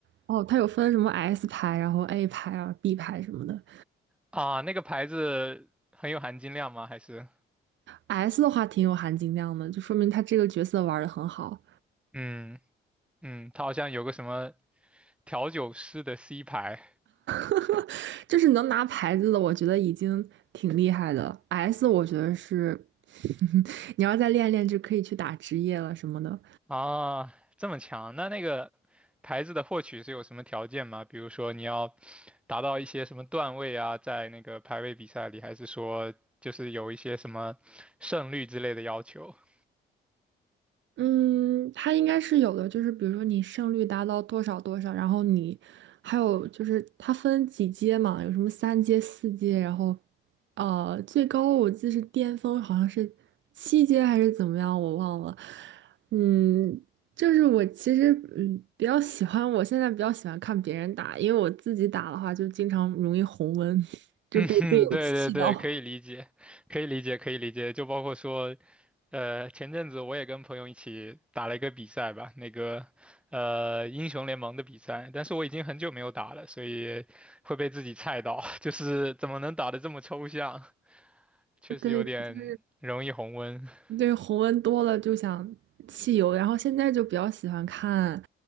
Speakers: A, on the right; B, in the centre.
A: 哦，他有分什么 S 牌，然后 A 牌啊，B 牌什么的。
B: 啊，那个牌子很有含金量吗？还是，
A: S 的话挺有含金量的，就说明他这个角色玩的很好。
B: 嗯嗯，他好像有个什么调酒师的 C 牌，
A: <laughs> 就是能拿牌子的，我觉得已经挺厉害的。S，我觉得是，<laughs> 你要再练练，就可以去打职业了什么的。
B: 啊，这么强？那那个牌子的获取是有什么条件吗？比如说你要达到一些什么段位啊，在那个排位比赛里，还是说就是有一些什么胜率之类的要求？<laughs>
A: 嗯，它应该是有的，就是比如说你胜率达到多少多少，然后你还有就是它分几阶嘛，有什么三阶、四阶，然后呃最高我记得是巅峰好像是七阶还是怎么样，我忘了。嗯，就是我其实嗯比较喜欢，我现在比较喜欢看别人打，因为我自己打的话就经常容易红温，<laughs> 就被队友气到。
B: 嗯哼，对对对，可以理解，可以理解，可以理解。就包括说，呃，前阵子我也跟朋友一起打了一个比赛吧，那个呃英雄联盟的比赛，但是我已经很久没有打了，所以会被自己菜到，<laughs> 就是怎么能打得这么抽象？确实有点容易红温。
A: <laughs> 对。
B: <laughs>
A: 对，红温多了就想汽油，然后现在就比较喜欢看，